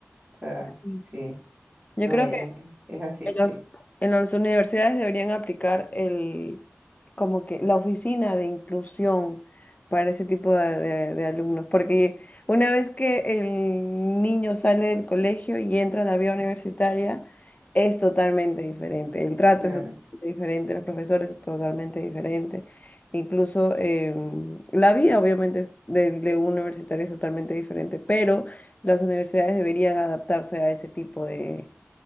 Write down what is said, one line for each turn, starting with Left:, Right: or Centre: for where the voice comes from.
Right: O sea,
Left: Sí.
Right: sí,
Left: Yo
Right: no,
Left: creo
Right: es
Left: que
Right: es, así,
Left: En las,
Right: sí,
Left: en las universidades deberían aplicar el, como que la oficina de inclusión para ese tipo de, de- de alumnos, porque una vez que el niño sale del colegio y entra a la vida universitaria, es totalmente diferente. El trato
Right: claro,
Left: es totalmente diferente, los profesores es totalmente diferente. Incluso em, la vida, obviamente, es de, de un universitario es totalmente diferente, pero las universidades deberían adaptarse a ese tipo de